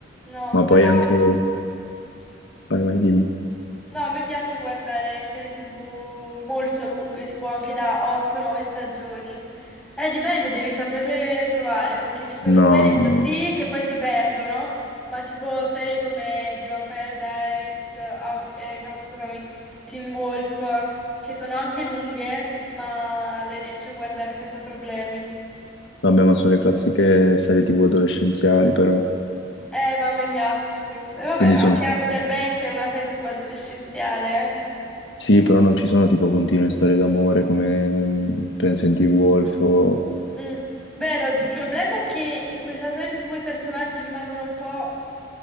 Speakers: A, in the centre; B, on the left.
A: No,
B: ma
A: però
B: poi anche... Vai, vai, dimmi.
A: No, a me piace guardare serie TV molto lunghe, tipo anche da 8-9 stagioni. Eh, dipende, devi saperle trovare, perché ci sono
B: No.
A: serie così che poi si perdono, ma tipo serie come The Vampire Diaries, Out- eh, no, scusami, Teen Wolf, che sono anche lunghe, ma le riesci a guardare senza problemi.
B: Vabbè, ma sono le classiche serie TV adolescenziali, però.
A: Eh, ma a me piacciono queste. E Vabbè,
B: Quindi
A: anche
B: sono...
A: Outer Banks è una serie TV adolescenziale, eh.
B: Sì, però non ci sono tipo continue storie d'amore come mh, penso in T-Wolf o...
A: Mm. Vero, il problema è che in questa serie TV i personaggi rimangono un po',